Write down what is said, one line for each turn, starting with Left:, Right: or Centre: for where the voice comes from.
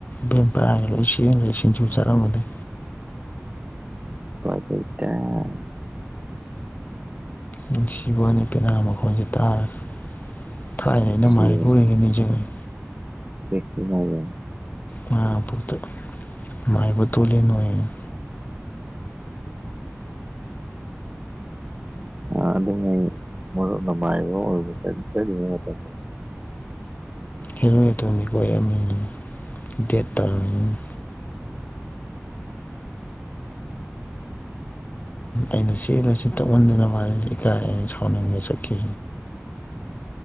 Left: ꯚꯦꯝ ꯄꯔꯒ ꯂꯣꯏ ꯆꯦꯡꯈ꯭ꯔꯦ ꯁꯤꯡꯖꯨ ꯆꯥꯔꯝꯕꯗꯩ
Right: <unintelligible>
Left: ꯅꯨꯡꯁꯤꯕ ꯋꯥꯅꯤ ꯄꯦꯅꯥ ꯃꯈꯣꯟꯁꯦ ꯇꯥꯔꯒ ꯊꯥꯏꯅ ꯑꯩꯅ
Right: ꯁꯤꯕꯅꯤ
Left: ꯃꯥꯏꯕꯥ ꯑꯣꯏꯔꯤꯉꯩ ꯅꯤꯡꯖꯪꯉꯦ
Right: <unintelligible>
Left: ꯃꯃꯥꯡ ꯃꯄꯣꯛꯇ ꯃꯥꯏꯕ ꯇꯣꯂꯦꯟ ꯑꯣꯏꯌꯦ
Right: ꯑ ꯑꯗꯨꯉꯩ ꯃꯔꯨꯞꯅ ꯃꯥꯏꯕ ꯑꯣꯏꯔꯤꯉꯩ <unintelligible>
Left: ꯍꯦꯂꯣꯏ ꯑꯇꯣꯝꯕꯤ ꯀꯣꯏꯔꯝꯃꯦ ꯗꯦꯠ ꯇꯧꯔ ꯑꯩꯅ ꯆꯦꯜꯂꯁꯤ ꯇꯛꯃꯟꯗꯅ ꯃꯥꯁꯤ ꯏꯀꯥꯏ ꯑꯅ ꯁꯥꯎꯅꯤꯡꯗꯅ ꯆꯠꯈꯤ